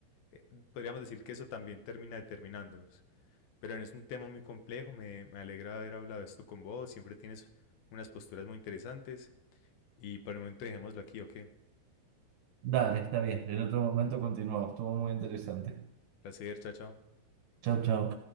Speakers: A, on the left (about 70°); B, on the right (about 75°).
A: Eh, podríamos decir que eso también termina determinándonos. Pero es un tema muy complejo, me, me alegra haber hablado esto con vos, siempre tienes unas posturas muy interesantes y por el momento dejémoslo aquí, ¿ok?
B: Dale, está bien, en otro momento continuamos, estuvo muy interesante.
A: Placer, chao, chao.
B: Chao, chao.